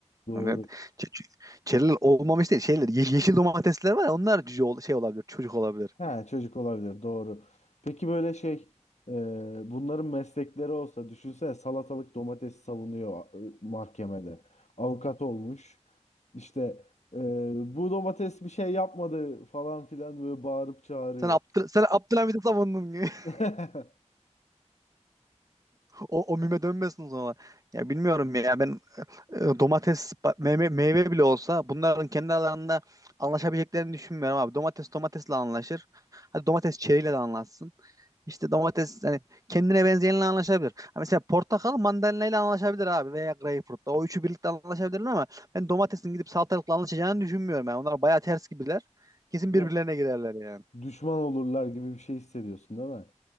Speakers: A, on the left (about 65°); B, on the right (about 30°).
A: Doğru.
B: Evet. Ç- ç- Çeriler olmamış değil. Şeyler, ye- yeşil domatesler var ya onlar cüce ol- şey olabilir. Çocuk olabilir.
A: Ha, çocuk olabilir. Doğru. Peki böyle şey, e, bunların meslekleri olsa düşünsene salatalık domates savunuyor e, mahkemede. Avukat olmuş. İşte e, bu domates bir şey yapmadı falan filan böyle bağırıp çağırıyor.
B: Sen Abdül sen Abdülhamid'i savundun gibi. <laughs>
A: <laughs>
B: O, o mime dönmesin sonra. Ya bilmiyorum ya ben e, domates ba- meyve, meyve bile olsa bunların kendi alanında anlaşabileceklerini düşünmüyorum abi. Domates domatesle anlaşır. Hadi domates çeriyle de anlaşsın. İşte domates hani kendine benzeyenle anlaşabilir. Ha mesela portakal mandalinayla anlaşabilir abi veya greyfurtla. O üçü birlikte anlaşabilirler ama ben domatesin gidip salatalıkla anlaşacağını düşünmüyorum yani. Onlar bayağı ters gibiler. Kesin
A: De,
B: birbirlerine girerler yani.
A: Düşman olurlar gibi bir şey hissediyorsun değil mi?